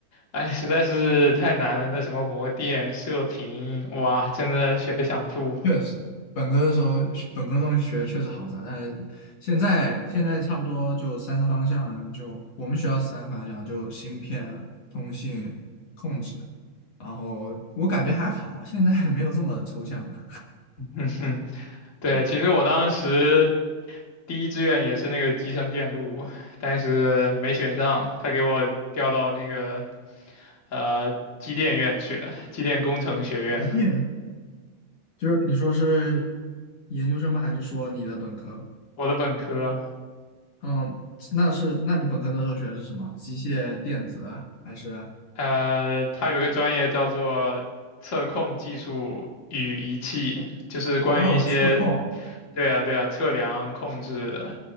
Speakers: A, on the left; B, on the left.
A: 哎，实在是太难了，那什么模电、射频，哇，真的学的想吐。
B: 确实，本科的时候，本科的东西学确实好杂，但是现在现在差不多就三个方向，就我们学校是三个方向，就芯片、通信、控制，然后我感觉还好，现在没有这么抽象了。
A: <laughs> 嗯哼，对，
B: 对，
A: 其实我当时第一志愿也是那个集成电路，但是没选上，他给我调到那个呃机电院去了，机电工程学院，
B: 一定就是你说是研究生吗？还是说你的本科？
A: 我的本科，
B: 嗯，那是，那你本科那时候学的是什么？机械电子还是？
A: 呃，它有个专业叫做测控技术与仪器，就是关于一些，
B: 哦，测控
A: 对啊对啊，测量控制，